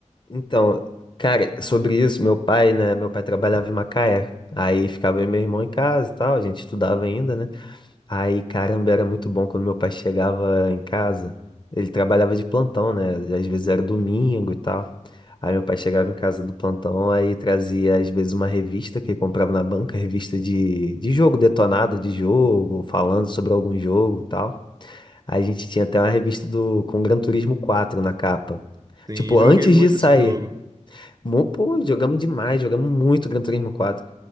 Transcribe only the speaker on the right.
Sim,
joguei
muito
esse jogo.